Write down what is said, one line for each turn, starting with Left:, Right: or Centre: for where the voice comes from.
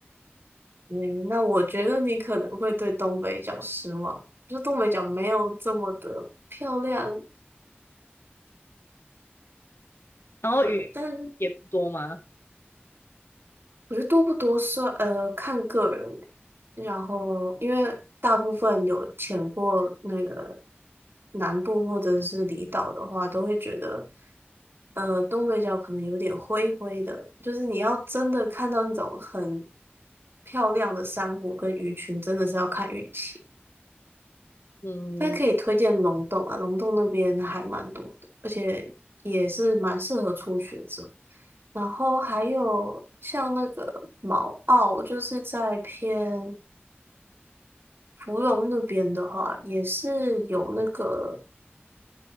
Right: 嗯，那我觉得你可能会对东北角失望，就东北角没有这么的漂亮，
Left: 然后鱼也不多吗？
Right: 对，但是我觉得多不多算，呃，看个人欸然后，因为大部分有潜过那个南部或者是离岛的话，都会觉得，呃，东北角可能有点灰灰的，就是你要真的看到那种很漂亮的珊瑚跟鱼群，真的是要看运气。
Left: 嗯，
Right: 但可以推荐龙洞啊，龙洞那边还蛮多的，而且也是蛮适合初学者。然后还有像那个毛澳，就是在偏芙蓉那边的话，也是有那个